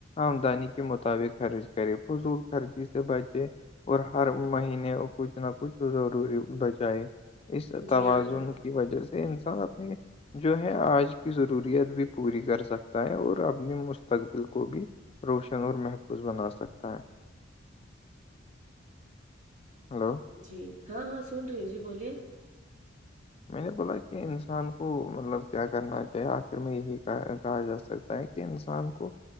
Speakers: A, on the left (about 30°); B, on the right (about 40°).
A: آمدنی کے مطابق خرچ کرے فضول خرچی سے بچے اور ہر مہینے کچھ نہ کچھ ضروری بچائے اس توازن
B: جی عامر
A: کی وجہ سے انسان اپنی جو ہے آج کی ضرورت ور بھی پوری کر سکتا ہے اور اپنی مستقبل کو بھی روشن اور محفوظ بنا سکتا ہے ہیلو
B: جی ہاں ہاں سن رہی جی بولیے
A: میں نے بولا کہ انسان کو مطلب کیا کرنا چاہیے آخر میں یہی کہا جا سک تا ہے کہ انسان کو